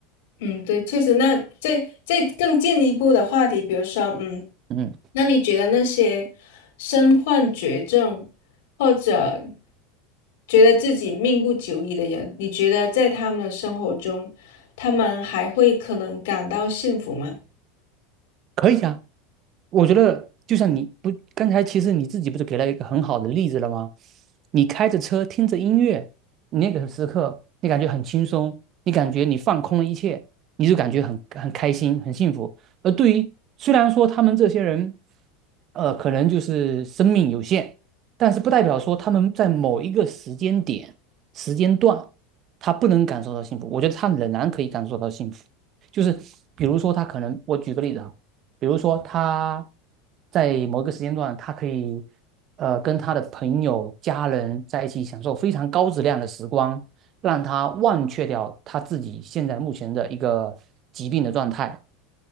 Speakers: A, on the left; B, on the right.
A: 嗯，对，确实。那再再更进一步的话题，比如说，嗯，
B: 嗯，
A: 那你觉得那些身患绝症或者觉得自己命不久矣的人，你觉得在他们的生活中，他们还会可能感到幸福吗？
B: 可以啊。我觉得就像你不，刚才其实你自己不是给了一个很好的例子了吗？你开着车听着音乐，你那个时刻你感觉很轻松，你感觉你放空了一切，你就感觉很很开心、很幸福。而对于虽然说他们这些人，呃，可能就是生命有限，但是不代表说他们在某一个时间点、时间段，他不能感受到幸福。我觉得他仍然可以感受到幸福。就是比如说，他可能我举个例子啊。比如说他在某一个时间段，他可以呃跟他的朋友、家人在一起享受非常高质量的时光，让他忘却掉他自己现在目前的一个疾病的状态。